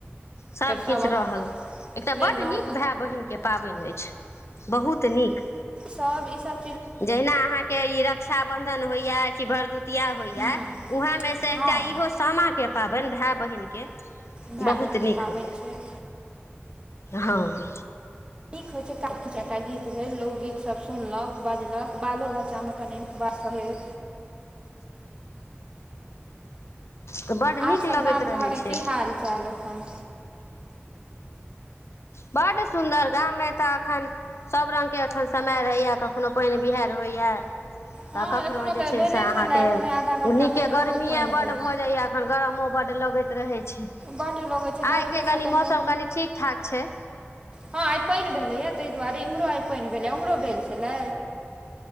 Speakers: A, on the left (about 85°); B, on the right (about 20°).
A: सबकिछु
B: सब अपन
A: रहल, एकटा
B: लेलहुँ
A: बड्ड नीक भैऽए बहिनके पाबैन अइछ, बहुऽत नीक।
B: सब ई सब
A: जहिना अहाँके ई रक्षाबन्धन होइयै, कि भरदुतिआ होइयै
B: हँ
A: उहैएमे सँ एकटा
B: हँ
A: इहो सामाके पाबैन, भै-, बहिन के
B: भाइ
A: बहुत
B: बहिनके
A: नीक
B: पाबनि
A: होइयैऽ,
B: छै
A: हं
B: ठीक होय छै, <unintelligible> टा गीत भेल, लोकगीत सब सुनलौं बजलक, बालो बच्चामे कनि नीक बात सभेल।
A: तऽ बड्ड नीक
B: आरसभ
A: लगैत
B: गाम
A: रहै
B: घारे
A: छै
B: की हाल -चाल एख्खन?
A: बड्ड सुन्दर गाम मे तऽ एख्खन सभ रंग के एख्खन समय रहैयैऽ, कखनो पैइन- बिहाइड़ होइयैऽ
B: हँ
A: तऽ कखनो
B: एखनो तऽ
A: जे छै
B: भेले
A: से अहाँके,
B: छलए एखने आधा घण्टा
A: नीके
B: पहिले
A: गर्मीए
B: खूब पानि
A: बड्ड
B: भेल
A: भऽ जाइयैऽ एखन गरमो बड्ड लगैत रहै छै,
B: बड्ड लगै छै गर्मीसँ
A: आइके कनि
B: तऽ
A: मौसम कनि ठीक ठाक छै।
B: हाँ, आइ पाइन भेलैए, तय दुआरे एम्हरो आइ पैइन भेलैयै, उम्हरो भेल छलै?